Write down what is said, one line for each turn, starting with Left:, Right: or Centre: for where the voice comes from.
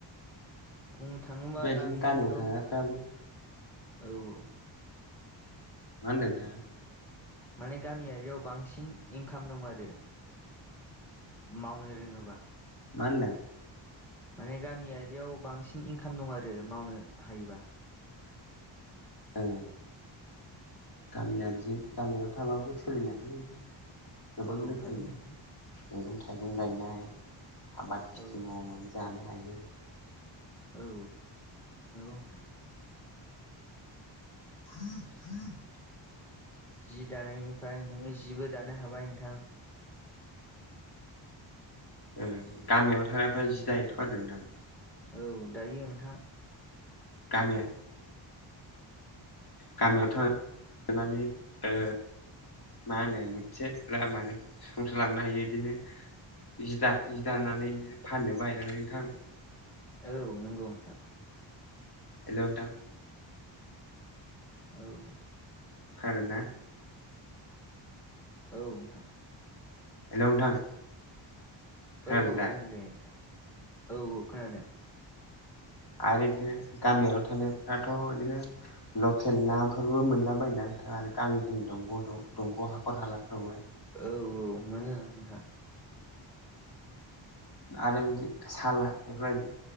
Centre: बुंनो थाङोबा
Left: बेबायदिनो
Centre: गामियारियाव
Left: गामियाव थाग्राफ्राबो
Centre: औ औ
Left: मा होनदों नोंथां
Centre: माने गामियारियाव बांसिन इनकाम दं आरो मावनो रोङोबा
Left: मा होनदों
Centre: माने गामियारियाव बांसिन इनकाम दं आरो मावनो हायोबा
Left: ओ गामियारिजों गामियाव थाबाबो सोलिनो हायो नोंथां गोबां
Centre: औ
Left: रोखोमनि
Centre: हायो नोंथां
Left: मैगं थाइगं गायनाय आबाद खिथि
Centre: औ
Left: मावनानै जानो हायो
Centre: औ नंगौ नोंथां
Left: <inaudible>
Centre: जि दानायनिफ्राय नोङो जिबो दानो हाबाय नोंथां
Left: ओ गामियाव थाग्राफ्रा जि दायोथ' आरो नोंथां
Centre: औ दायो नोंथां
Left: गानो गामियावथ' थानानै ओ मा होनो मोनसे लामाजों सुफुंलांनो हायो बिदिनो जि दाखो जि दानानै बिदिनो फाननोबो हायो नालाय नोंथां।
Centre: औ नंगौ नोंथां
Left: हेलौ नोंथां
Centre: औ
Left: खोनादोंना?
Centre: औ नोंथां
Left: हेलौ नोंथां खोनादों
Centre: औ औ
Left: दा
Centre: बुं दे नोंथां औ औ खोनादों।
Left: आरो बिदिनो गामियावल' थानायफ्राथ' बिदिनो लकेल नाफोरबो मोनलाबायोना नोंथां आरो गामिफोरनि दंग' दं दंग' हाखर हालाफ्रावबो
Centre: औ औ मोनो नोंथां
Left: आरो बिदि साला बेफोरबायदि